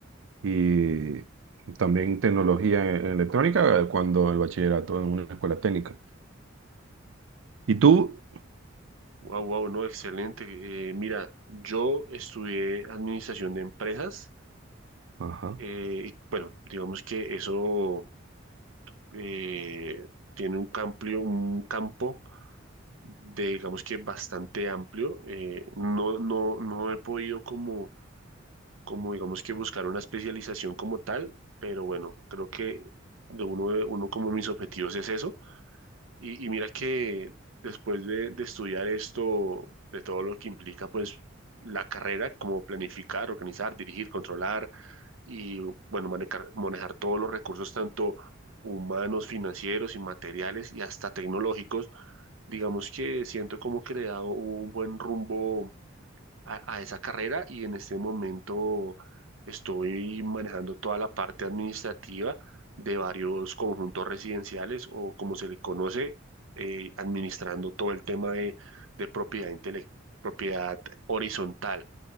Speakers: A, on the right; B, on the right.
A: y también tecnología en en electrónica eh, cuando el bachillerato en una escuela técnica. ¿Y tú?
B: Wow, wow, no, excelente. Eh, mira, yo estudié administración de empresas
A: Ajá.
B: eh, y bueno, digamos que eso eh, tiene un amplio, un campo de, digamos que bastante amplio. Eh, no, no, no he podido como, como digamos que buscar una especialización como tal, pero bueno, creo que de uno, de uno como mis objetivos es eso. Y, y mira que después de, de estudiar esto, de todo lo que implica, pues la carrera, como planificar, organizar, dirigir, controlar y, bueno, manejar, manejar todos los recursos, tanto humanos, financieros y materiales y hasta tecnológicos, digamos que siento como que le da un buen rumbo a, a esa carrera y en este momento estoy manejando toda la parte administrativa de varios conjuntos residenciales o como se le conoce, eh, administrando todo el tema de, de propiedad intele- propiedad horizontal.